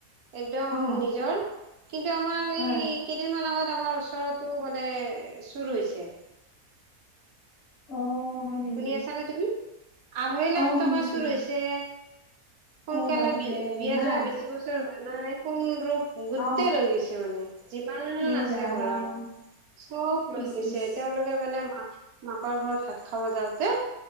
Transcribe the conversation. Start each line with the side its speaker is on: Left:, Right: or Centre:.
Right: একদম
Left: অ
Right: নিজৰ। কিন্তু আমাৰ
Left: হয়
Right: এই কেইদিনমান আগত আমাৰ ওচৰতো মানে চুৰ হৈছে।
Left: অ। হয় নেকি
Right: শুনি আছা নে তুমি আঢ়ৈ লাখ
Left: অ শুনিছো
Right: টকা চুৰ হৈছে। সোনকালে
Left: অ বাপৰে
Right: বিয়া
Left: ইমান
Right: যোৱা বেছি বছৰ হোৱা নাই কোন ৰূপ। গোটেই
Left: অ
Right: লৈগৈছে মানে যিমান
Left: এ
Right: আছে
Left: ৰাম
Right: ঘৰত। চব লৈ
Left: ইচ
Right: গৈছে
Left: ইচ
Right: তেওঁলোকে মানে মা। মাকৰ ঘৰত ভাত খাব যাওঁতে